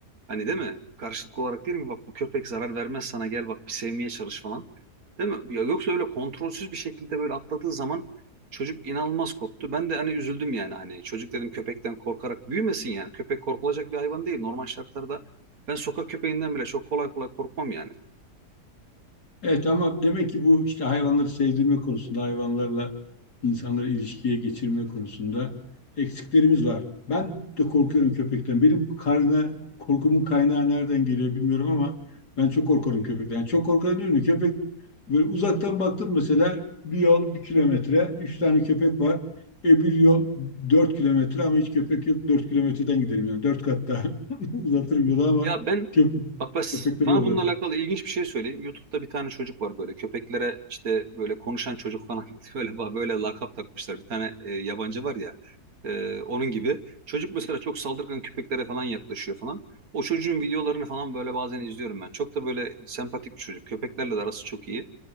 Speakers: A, on the right; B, on the left.
A: Hani değil mi? Karşılıklı olarak değil mi? Bak bu köpek zarar vermez sana gel bak bir sevmeye çalış falan. Değil mi? Ya yoksa öyle kontrolsüz bir şekilde böyle atladığı zaman çocuk inanılmaz korktu. Ben de hani üzüldüm yani hani çocuk dedim köpekten korkarak büyümesin yani. Köpek korkulacak bir hayvan değil. Normal şartlarda ben sokak köpeğinden bile çok kolay kolay korkmam yani.
B: Evet ama demek ki bu işte hayvanları sevdirme konusunda hayvanlarla insanları ilişkiye geçirme konusunda eksiklerimiz var. Ben de korkuyorum köpekten. Benim karnına korkumun kaynağı nereden geliyor bilmiyorum ama ben çok korkuyorum köpekten. Yani çok korkuyorum değil mi? Köpek böyle uzaktan baktım mesela bir yol bir kilometre, üç tane köpek var. E bir yol dört kilometre ama hiç köpek yok. Dört kilometreden gidelim yani. Dört kat daha <laughs> uzatırım yolu ama
A: Ya ben
B: köp
A: bak bas
B: köpekler
A: sana
B: olur.
A: bununla alakalı ilginç bir şey söyleyeyim. YouTube'da bir tane çocuk var böyle köpeklere işte böyle konuşan çocuk falan <laughs> böyle böyle lakap takmışlar. Bir tane e, yabancı var ya e, onun gibi. Çocuk mesela çok saldırgan köpeklere falan yaklaşıyor falan. O çocuğun videolarını falan böyle bazen izliyorum ben. Çok da böyle sempatik bir çocuk. Köpeklerle de arası çok iyi.